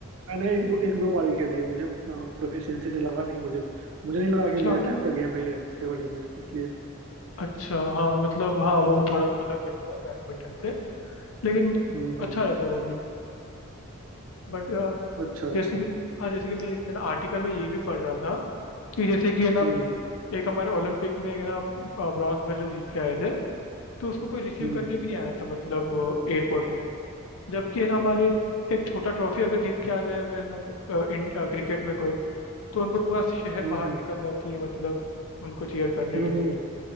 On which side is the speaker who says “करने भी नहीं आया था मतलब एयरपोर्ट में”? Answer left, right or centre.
Left